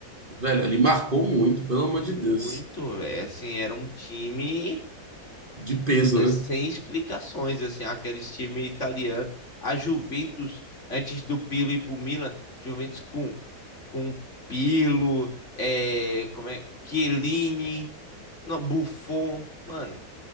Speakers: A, on the right (about 35°); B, on the left (about 50°).
A: velho, ali marcou muito, pelo amor de
B: Muito,
A: Deus.
B: velho. Assim, era um time
A: De peso,
B: n- é,
A: né?
B: sem explicações, assim, aqueles times italianos. A Juventus, antes do Pirlo ir pro Milan, Juventus com, com Pirlo, é, como é, Chiellini, não, Buffon. Mano,